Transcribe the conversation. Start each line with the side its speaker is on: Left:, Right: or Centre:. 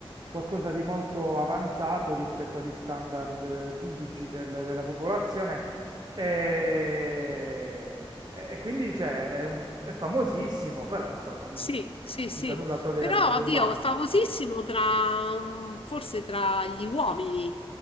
Right: qualcosa di molto avanzato rispetto agli standard eh, pudici del- della popolazione. E, e quindi cioè, è, un- è famosissimo, però insomma, n-
Left: Sì, sì,
Right: senza
Left: sì,
Right: nulla togliere
Left: però
Right: a Bim Bum
Left: oddio,
Right: Bam.
Left: è famosissimo tra, mm, forse tra gli uomini,